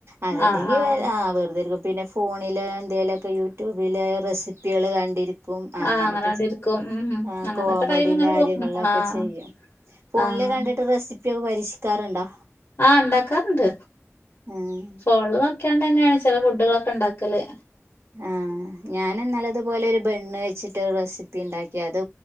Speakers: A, on the right; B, on the left.
A: അതല്ലെങ്കി
B: ആഹ് ആഹ്
A: വേറെ ആ വെറുതെര്ക്കും. പിന്നെ ഫോണില് എന്തെലൊക്കെ യൂട്യൂബില് റെസിപ്പി കുപ്പികൾ കണ്ടിരിക്കും അങ്ങനെയൊക്കെ
B: ആഹ് അങ്ങനാണ്ടിരിക്കും
A: ചെയ്യും
B: ഉം അങ്ങനൊക്കെ
A: കോമഡി
B: ടൈം ഇങ്ങനെ
A: കാര്യങ്ങളിലൊക്കെ
B: പോകും ആഹ്
A: <unintelligible> ക്കെ ചെയ്യാം. ഫോണില്
B: ആഹ്
A: കണ്ടിട്ട് റെസിപ്പിയൊക്കെ പരീ ക്ഷിക്കാറുണ്ടോ?
B: ആഹ് ഇണ്ടാക്കാറ്ണ്ട്
A: ഉം
B: ഫോണില് നോക്കിയാണ്ട് <unintelligible> തന്നെയാണ് ചെല ഫുഡുകളൊക്കെ ഇണ്ടാക്കല്
A: ആ ഞാന്‌ന്നലെ അതുപോലെ ഒരുബെന്ന് വെച്ചിട്ട് റെസിപ്പി ഇണ്ടാക്കി അത്